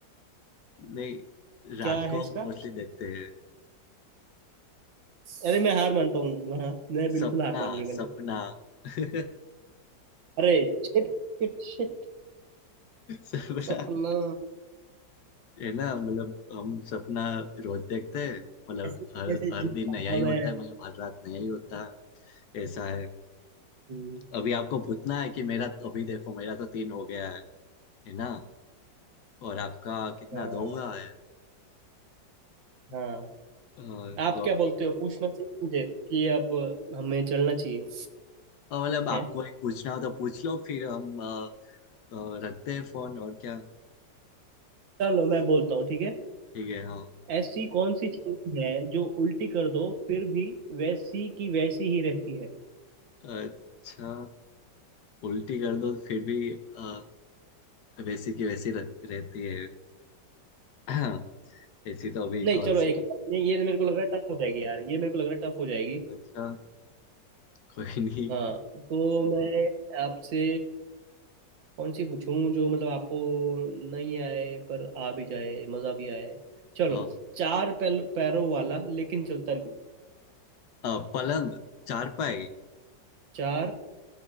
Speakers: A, on the left (about 65°); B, on the right (about 85°).
A: नहीं रात
B: क्या है
A: को
B: इसका
A: हम मोस्टली देखते हैं
B: अरे मैं हार मानता हूँ हाँ मैं बिल्कुल
A: सपना
B: हार मान ली मैंने
A: सपना <laughs>
B: अरे शिट Shit shit
A: सपना
B: सपना
A: है ना मतलब हम सपना रोज देखते हैं मतलब
B: ऐसे कैसे
A: हर हर
B: जीत
A: दिन
B: पाऊंगा
A: नया ही होता
B: मैं
A: है मतलब हर रात नया ही होता है ऐसा है
B: हम्म,
A: अभी आपको पूछना है कि मेरा अभी देखो मेरा तो तीन हो गया है है ना और आपका कितना
B: हाँ
A: दो हुआ है
B: हाँ
A: अ,
B: आप
A: तो
B: क्या बोलते हो पूछना चाहिए मुझे कि अब हमें चलना चाहिए
A: और मतलब आपको
B: है
A: एक पूछना हो तो पूछ लो फिर हम अ, अ, रखते हैं फोन और क्या
B: चलो मैं बोलता हूँ ठीक है
A: ठीक है हाँ
B: ऐसी कौन सी चीज है जो उल्टी कर दो फिर भी वैसी की वैसी ही रहती है
A: अच्छा उल्टी कर दो फिर भी अ, वैसी की वैसी रह, रहती है <clears throat> हाँ, ऐसी तो अभी
B: नहीं
A: कौन
B: चलो एक
A: सी
B: ये ये मेरे को लग रहा है टफ हो जाएगी यार ये मेरे को लग रहा है टफ हो जाएगी
A: अच्छा कोई नहीं
B: हाँ तो मैं आपसे कौन सी पूछूं जो मतलब आपको नहीं आए पर आ भी जाए मजा भी आए चलो
A: अ,
B: चार पैल, पैरों वाला लेकिन चलता नहीं
A: अ, पलंग चारपाई
B: चार